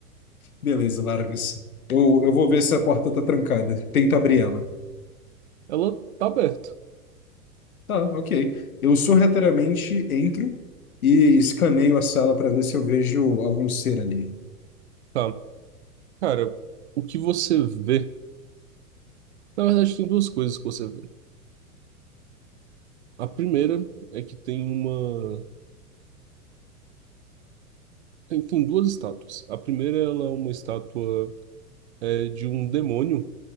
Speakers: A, on the left; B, on the right.
A: Beleza, Largas. Eu, eu vou ver se a porta tá trancada. Tento abrir ela.
B: Ela tá aberta.
A: Tá, ok. Eu sorrateiramente entro e escaneio a sala para ver se eu vejo algum ser ali.
B: Tá. Cara, o que você vê... Na verdade, tem duas coisas que você vê. A primeira é que tem uma... Tem, tem duas estátuas. A primeira, ela é uma estátua é, de um demônio